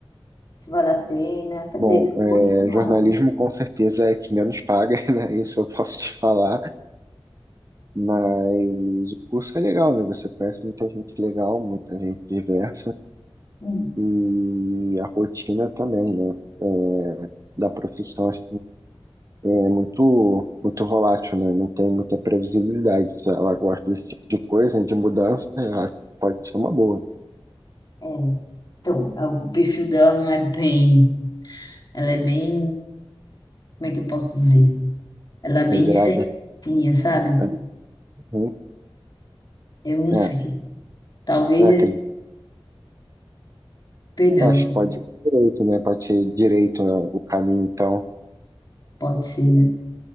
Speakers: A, on the left; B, on the right.
A: se vale a pena. Quer
B: bom
A: dizer, eu
B: é,
A: gosto não,
B: jornalismo
A: né?
B: com certeza é que menos paga, <laughs> né? Isso eu posso te falar, mas o curso é legal, né? Você conhece muita gente legal, muita gente diversa
A: Hum,
B: e a rotina também, né? É, da profissão assim, é muito, muito volátil, né? Não tem muita previsibilidade. Se ela gosta desse tipo de coisa, né de mudança, né, eu acho que pode ser uma boa.
A: é. Então, a- o perfil dela não é bem. Ela é bem. Como é que eu posso dizer? Ela é bem
B: Regrada.
A: certinha, sabe?
B: né? Uhum.
A: Eu não
B: É,
A: sei. Talvez,
B: eu acredito.
A: é- perdão,
B: Acho que pode ser direito, né? Pode ser direito, né, o caminho, então.
A: pode ser, né?